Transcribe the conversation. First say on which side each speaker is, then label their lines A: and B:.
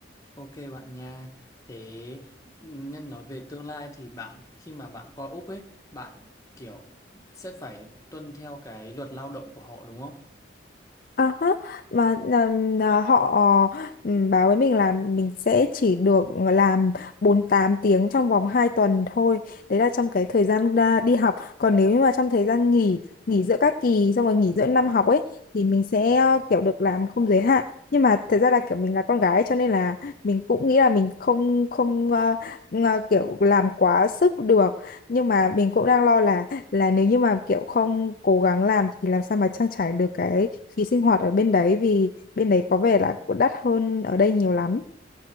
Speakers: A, on the left; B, on the left.
A: Ok bạn nha. Thế nhân nói về tương lai thì bạn khi mà bạn qua Úc ấy, bạn kiểu sẽ phải tuân theo cái luật lao động của họ đúng không?
B: À, ha, mà ừm, à, họ ừm, báo với mình là mình sẽ chỉ được làm 48 tiếng trong vòng 2 tuần thôi. Đấy là trong cái thời gian ra đi học. Còn nếu như mà trong thời gian nghỉ, nghỉ giữa các kỳ xong rồi nghỉ giữa năm học ấy thì mình sẽ ờ, kiểu được làm không giới hạn. Nhưng mà thật ra là kiểu mình là con gái cho nên là mình cũng nghĩ là mình không không ờ, ngờ- kiểu làm quá sức được. Nhưng mà mình cũng đang lo là là nếu như mà kiểu không cố gắng làm thì làm sao mà trang trải được cái phí sinh hoạt ở bên đấy vì bên đấy có vẻ là cũng đắt hơn ở đây nhiều lắm.